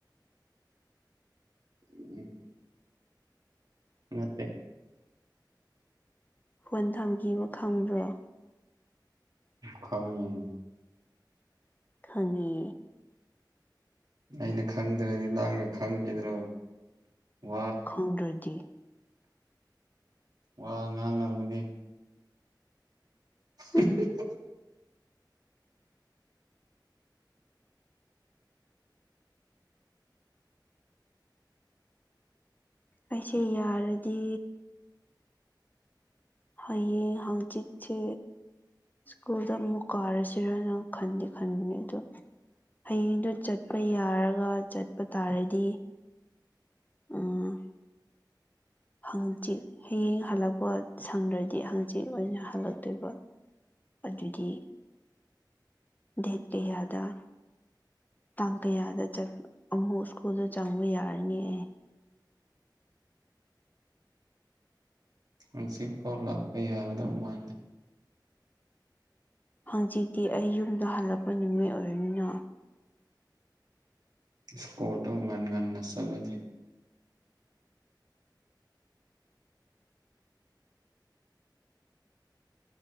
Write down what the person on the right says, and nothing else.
ꯎꯝ <unintelligible> ꯃꯦ <unintelligible> <inaudible>
ꯈꯪꯉ <inaudible> <unintelligible>
ꯑꯩꯅ ꯈꯪꯗ꯭ꯔꯗꯤ ꯅꯪꯅ ꯈꯪꯈꯤꯗ꯭ꯔꯣ ꯋꯥ
ꯋꯥ ꯉꯥꯡ ꯅꯥꯡꯒꯅꯤ <unintelligible>
<inaudible>
ꯉꯁꯤ ꯐꯥꯎ ꯂꯥꯛꯄ ꯌꯥꯒꯗꯧ ꯃꯥꯟꯗꯦ
ꯏꯁꯀꯣꯔꯇꯣ ꯉꯟꯉꯟꯅ ꯆꯠꯂꯗꯤ <unintelligible>